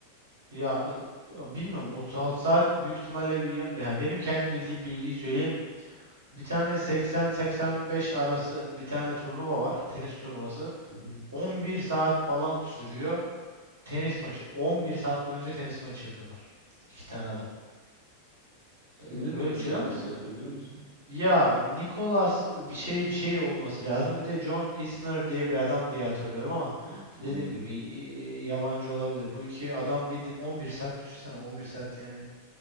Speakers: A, on the right; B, on the right.
A: Ya, e, ya bilmiyorum 36 saat büyük ihtimalle bir, ya- ya benim kendi bildiğim bilgiyi söyleyeyim. Bir tane 80-85 arası bir tane turnuva var. Tenis turnuvası.
B: <laughs> Hı hı.
A: 11 saat falan sürüyor. Tenis maçı. 11 saat boyunca tenis maçı yapıyorlar. İki tane adam. Eee,
B: Kimler arasında
A: böyle bir şey de ama
B: peki hatırlıyor musun?
A: Ya Nicholas bir şey bir şey olması lazım. Bir de John Isner diye bir adam diye hatırlıyorum ama
B: Ha, tanımıyorum.
A: dediğim gibi y- yabancı olabilir. Bu iki adam bildin 11 saat düşünsene 11 saat yani